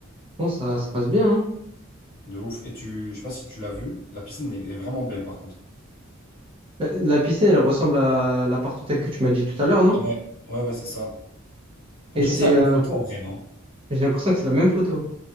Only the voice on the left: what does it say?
De ouf. Et tu, je sais pas si tu l'as vu, la piscine est, est vraiment belle par contre.
Ouais, ouais, ouais, c'est ça.
On dirait
que c'est la même
photo en vrai, non?